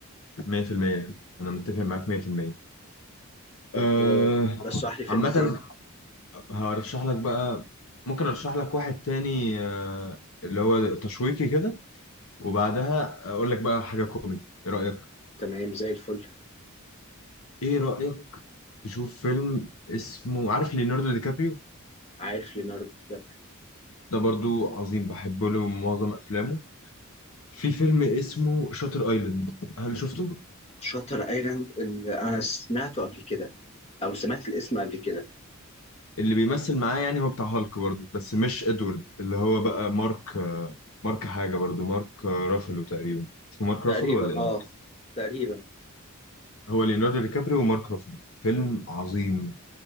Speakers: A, on the left; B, on the left.
A: 100% انا متفق معاك 100%
B: طب
A: آه
B: آه، رشح لي فيلم
A: عامه
B: تاني
A: هرشح لك بقى ممكن ارشح لك واحد تاني آه اللي هو تشويقي كده وبعدها اقول لك بقى حاجه كوميدي ايه رايك
B: تمام زي الفل
A: ايه رايك تشوف فيلم اسمه عارف ليوناردو دي كابريو
B: عارف ليوناردو دي كابريو
A: ده برضو عظيم بحب له معظم افلامه في فيلم اسمه شاتر ايلاند هل شفته
B: شاتر ايلاند اللي انا سمعته قبل كده او سمعت الاسم قبل كده
A: اللي بيمثل معاه يعني هو بتاع هالك برضو بس مش ادوارد اللي هو بقى مارك مارك حاجه برضو مارك رافلو تقريبا اسمه مارك
B: تقريبا
A: رافلو ولا ايه
B: اه تقريبا
A: هو ليوناردو دي كابريو ومارك رافلو فيلم عظيم